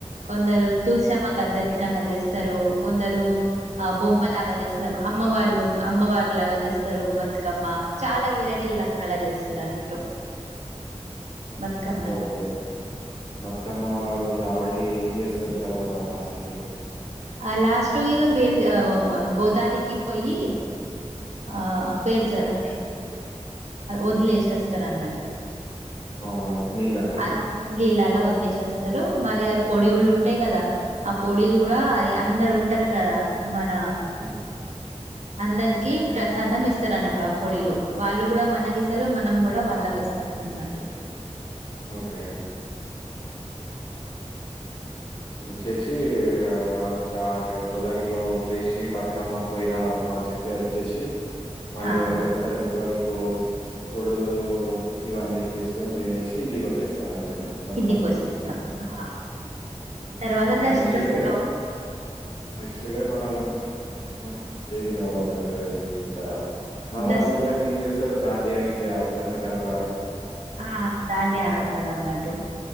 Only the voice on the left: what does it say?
హ్మ్.
హ్మ్.
ఓకే బతుకమ్మ మా ఆ రోజు ఆడి ఏం చేస్తారు. తర్వాత లాస్ట్ కి
హ్మ్.
అవునా? నీళ్ళనా?
హ్మ్.
ఓకే. ఓకే. వచ్చేసి ఆ చ అంటే గోదారిలో వదిలేసి బతుకమ్మ పొయిరావమ్మ చెప్పి వచ్చేసి మళ్ళీ
ఒకరికొకరు పొడులు ఇవన్నీ ఇచ్చేసుకొని తినేసి ఇంటికి వచ్చేస్తారు అనా బతకామ
రాజు
ఓకే
next
day next day మన న దేవి నవరాత్రులు ఉంటదా. నవరాత్రులకి
ఏంచేస్తారు దాండియా, గిండియా ఆడతార గర్భ